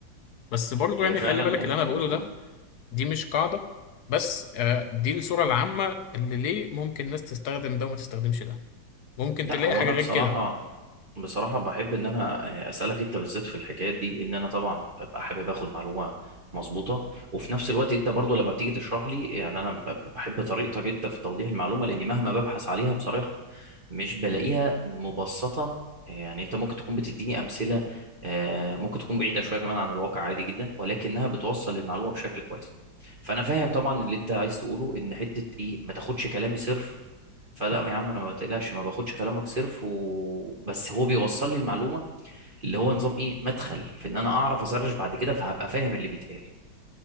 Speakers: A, on the left; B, on the right.
A: بس برضو
B: هي
A: يعني
B: فعلا
A: خلي بالك
B: ممكن
A: اللي انا بقوله
B: يكون
A: ده دي مش قاعدة بس آه، دي الصورة العامة اللي ليه ممكن ناس تستخدم ده وما تستخدمش ده ممكن
B: لا
A: تلاقي
B: هو
A: حاجة
B: أنا
A: غير
B: بصراحة
A: كده
B: بصراحة بحب إن أنا آه، أسألك أنت بالذات في الحكايات دي لأن أنا طبعا ببقى حابب آخد معلومة مظبوطة وفي نفس الوقت أنت برضو لما بتيجي تشرح لي يعني أنا ب- بحب طريقتك أنت في توضيح المعلومة لأني مهما ببحث عليها بصراحة مش بلاقيها مبسطة يعني انت ممكن تكون بتديني امثلة آه، ممكن تكون بعيدة شوية كمان عن الواقع عادي جدا ولكنها بتوصل المعلومة بشكل كويس فانا فاهم طبعا اللي انت عايز تقوله ان حتة ايه ما تاخدش كلامي صرف فلا يا عم انا ما بتقلقش ما باخدش كلامك صرف و... بس هو بيوصل لي المعلومة اللي هو نظام ايه مدخل في ان انا اعرف اسرش بعد كده فهبقى فاهم اللي بيتقال